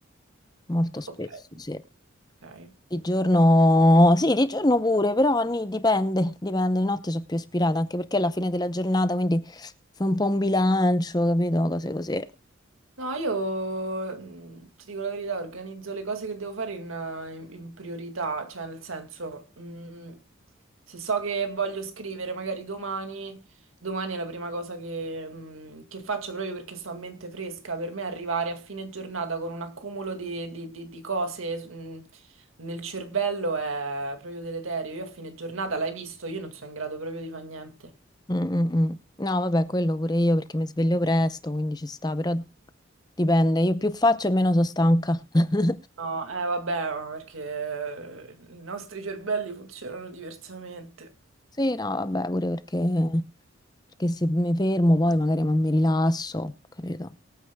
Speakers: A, on the left; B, on the right.
A: molto spesso,
B: Ok.
A: sì.
B: Ok.
A: Di giorno, sì, di giorno pure, però ni- dipende, dipende, di notte sono più ispirata, anche perché è la fine della giornata, quindi fa un po' un bilancio, capito? Cose così.
B: No, io mm, ti dico la verità, organizzo le cose che devo fare in, eh, in priorità, cioè nel senso, mm, se so che voglio scrivere magari domani, domani è la prima cosa che, mm, che faccio proprio perché sto a mente fresca. Per me arrivare a fine giornata con un accumulo di, di- di- di cose, mm, nel cervello è proprio deleterio. Io a fine giornata, l'hai visto, io non sono in grado proprio di fare niente.
A: Mm, mm, mm. No, vabbè, quello pure io perché mi sveglio presto, quindi ci sta, però dipende, io più faccio e meno sono stanca. <laughs>
B: No, eh vabbè, ma perché i nostri cervelli funzionano diversamente.
A: Sì, no, vabbè, pure perché, perché se mi fermo poi magari non mi rilasso, capito?